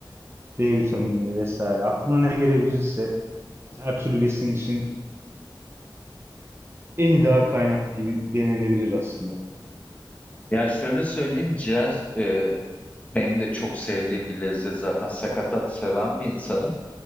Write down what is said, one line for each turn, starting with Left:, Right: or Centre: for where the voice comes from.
Right: B vitaminleri vesaire. Aklına ne gelebilirse her türlü besin için en ideal kaynak gibi denenebilir aslında.
Left: Ya şöyle söyleyeyim ciğer e, benim de çok sevdiğim bir lezzet zaten. Sakatat seven bir insanım.